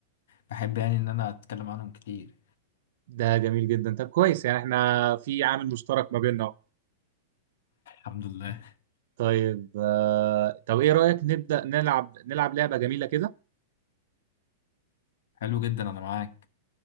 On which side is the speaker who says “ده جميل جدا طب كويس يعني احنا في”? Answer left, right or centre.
Right